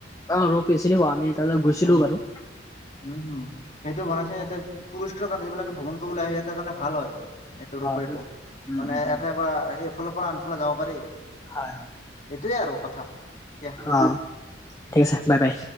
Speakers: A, on the left; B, on the left.
A: অ', ৰপ ৱে চিনি পাও, আমি তাৰলৈ গুছিলোও
B: অ
A: বাৰু।
B: উম হম সেইটো বনাইছে ইয়াতে টুৰিষ্টৰ কাৰণে। যিবিলাকে ভ্ৰমণ কৰিবলৈ আহে ইহঁতৰ কাৰণে ভাল হয় এইটো
A: অ উম
B: ৰপৱেটো। মানে
A: উম উম
B: এঠাইৰ পৰা, এইফালৰ পৰা আনফালে যাব পাৰি,
A: হয় হয়
B: সেইটোৱে আৰু কথা। এতিয়া
A: অ', ঠিক আছে। বাই, বাই।